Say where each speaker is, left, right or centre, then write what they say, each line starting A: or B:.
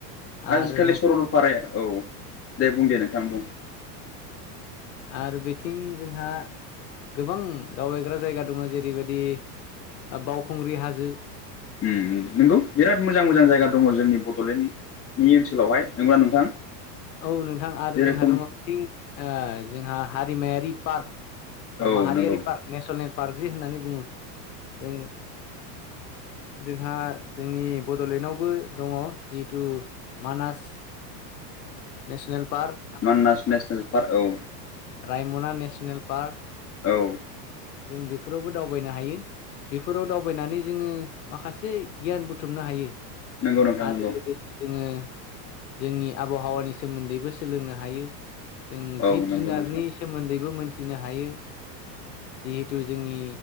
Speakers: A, on the left; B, on the left.
A: आजिखालि
B: आरो दङ
A: सरलपाराया औ, दे बुं दे नोंथां बुं।
B: आरो बेथिं जोंहा गोबां दावबायग्रा जायगा दङ' जेरैबादि ओ बावखुंग्रि हाजो
A: उम नोंगौ बिराद मोजां मोजां जायगा दङ' जोंनि बड'लेण्ड नि ओनसोलावहाय नोंगौ ना नोंथां?
B: औ नोंथां आरो
A: जेरोखोम
B: जोंहा दङ' थिं ओ जोंहा हारिमायारि पार्क।
A: औ
B: माहारियारि
A: नंगौ
B: पार्क नेस'नेल पार्क जि होन्नानै बुङो जों
A: <unintelligible>
B: जोंहा जोंनि बड'लेण्डआवबो दङ' जितु Manas national park
A: Manas national park औ।
B: राइमना नेसनेल पार्क
A: औ।
B: जों बेफोरावबो दावबायनो हायो बेफोराव दावबायनानै जोङो माखासे गियान बुथुमनो हायो,
A: नंगौ नोंथां
B: आरो
A: नंगौ
B: लोगोसे जोङो जोंनि आबहावानि सोमोन्दैबो सोलोंनो हायो जों
A: औ
B: जिब
A: नंगौ
B: जुनारनि
A: नोंथां
B: सोमोन्दैबो मोनथिनो हायो जिहेथु जोंनि